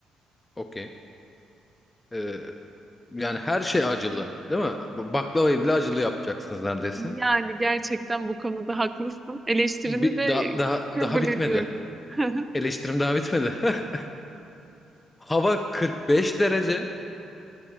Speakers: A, on the left (about 25°); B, on the right (about 20°).
A: Okey. Ee, yani her şey acılı, değil mi? Baklavayı bile acılı yapacaksınız neredeyse.
B: Yani gerçekten bu konuda haklısın. Eleştirini
A: Bir,
B: de
A: daha, daha,
B: kabul
A: daha bitmedi.
B: ediyorum. <laughs>
A: Eleştirim daha bitmedi. <laughs> Hava 45 derece.